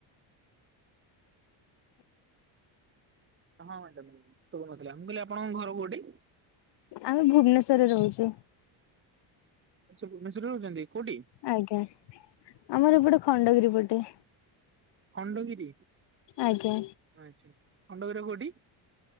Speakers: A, on the right; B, on the left.
A: ହଁ ମ୍ୟାଡାମ ସବୁ ନଥିଲା ମୁଁ କହିଲି ଆପଣଙ୍କ ଘର କୋଉଠି।
B: ଆମେ ଭୁବନେଶ୍ୱରରେ ରହୁଛେ।
A: ଆଛା ଭୁବନେଶ୍ୱର ରେ ରହୁଛନ୍ତି କୋଉଠି।
B: ଆଜ୍ଞା ଆମର ଏପଟେ ଖଣ୍ଡଗିରି ପଟେ
A: ଖଣ୍ଡଗିରି
B: ଆଜ୍ଞା
A: ଆଛା ଖଣ୍ଡଗି କୋଉଠି?